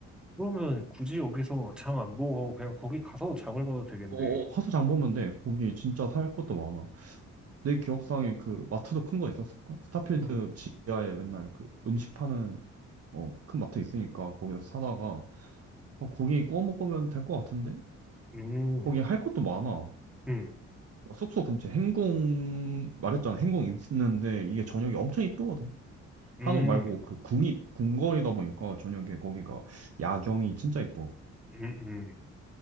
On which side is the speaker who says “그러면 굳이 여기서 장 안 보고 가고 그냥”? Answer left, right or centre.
Centre